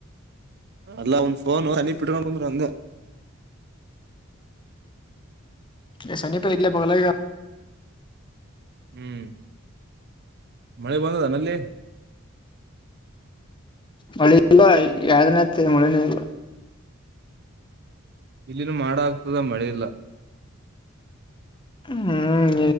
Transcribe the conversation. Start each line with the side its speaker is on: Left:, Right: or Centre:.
Right: ಅಲ್ಲ ಒಂದ್ ಫೋನ್ ಹನ್ನಿ ಬಿಟ್ಟಂದ್ರ ಹಂಗ
Left: ಎಸ ನೀ ಪ ಇಲ್ಲ ಬಗ್ಲ
Right: ಹ್ಮ್ ಮಳೆ ಬಂದದನಲ್ಲಿ
Left: ಮಳೆ ಇಲ್ಲ ಯ್ದನತ್ತ ಮಳನೇ ಇಲ್ಲ
Right: ಇಲ್ಲಿನ ಮಾಡ ಆಗ್ತದ ಮಳೆೆಯಿಲ್ಲ
Left: ಹ್ಮ್